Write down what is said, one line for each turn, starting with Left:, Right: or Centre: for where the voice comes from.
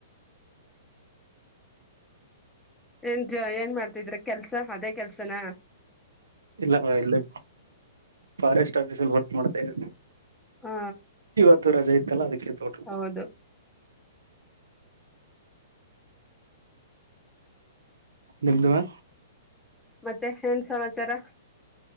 Centre: ಏನ್ಜ ಏನ್ ಮಾಡ್ತಿದ್ರ ಕೆಲ್ಸ ಅದೇ ಕೆಲ್ಸನ
Right: ಇಲ್ಲವಾ ಇಲ್ಲಿ ಫಾರೆಸ್ಟ್ ಆಫೀಸ್ಲ್ಲಿ ವರ್ಕ್ ಮಾಡ್ತಾ ಇದ್ದೇನೆ
Centre: ಹಾ
Right: ಇತ್ತು ರಜೆ ಇತ್ತಲ್ಲ ಅದಕ್ಕೆ ತೋಟ
Centre: ಹೌದು
Right: ನಿದುವಾ
Centre: ಹ್ಮ್ ಮತ್ತೆ ಏನ್ ಸಮಾಚಾರ